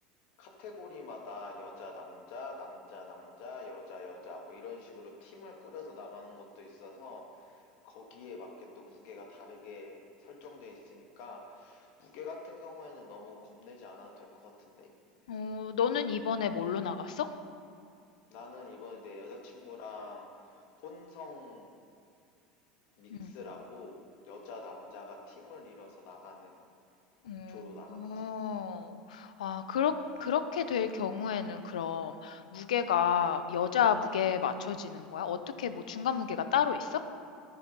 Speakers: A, on the left (about 65°); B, on the left (about 85°).
A: 카테고리마다 여자, 남자, 남자, 남자, 여자, 여자 뭐 이런 식으로 팀을 꾸려서 나가는 것도 있어서 거기에 맞게 또 무게가 다르게 설정돼 있으니까 무게 같은 경우에는 너무 겁내지 않아도 될 것 같은데
B: 어, 너는 이번에 뭘로 나갔어?
A: 나는 이번에 내 여자친구랑 혼성 믹스라고
B: 응.
A: 여자, 남자가 팀을 이뤄서 나가는
B: 어,
A: 조로 나갔지.
B: 어. 아, 그렇, 그렇게 될 경우에는 그럼 무게가 여자 무게에 맞춰지는 거야? 어떻게 뭐 중간 무게가 따로 있어?